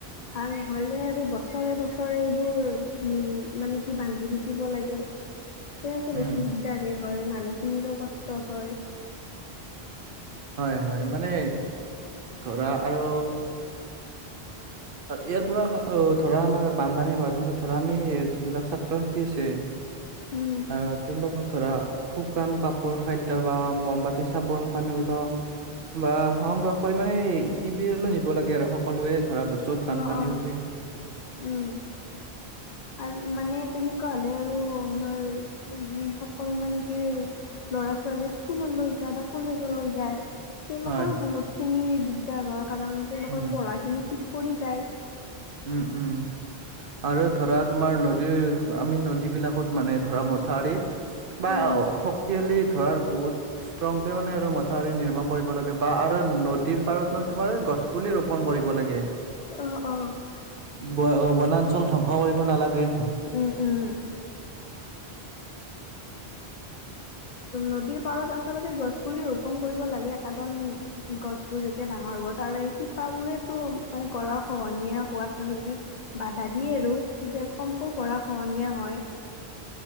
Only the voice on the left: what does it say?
ভাল নহলে আৰু বছৰে বছৰে এইবোৰ উম মানে কি বান্ধি থাকিব লাগে।
সেয়ে একে বেছি
দিগদাৰ দিয়ে হয় মানুহখিনিৰো কষ্ট হয়।
উম
অ অ
উম আৰু মানে তেনেকুৱা হ'লে আৰু আমাৰ। যিসকল মানে কি। ল'ৰা ছোৱালীয়ে স্কুল লৈ যায় বা কলেজ লৈ যায়। তেওঁলোকৰো
বহুত খিনি দিগদাৰ হয় কাৰণ তেওঁলোকৰ
পঢ়াখিনি পিছ পৰি যায়।
উম
অ অ।
উম উম। নদীৰ পাৰত আচলতে গছ পুলি ৰূপ পন কৰিব লাগে কাৰণ গছবোৰ যেতিয়া ডাঙৰ হ'ব তাৰে শিপা বোৰেতো, মানে গৰাখহনীয়া হোৱাত মানে কি বাধা দিয়ে আৰু। তেতিয়া কমকৈ গৰাখহনীয়া হয়।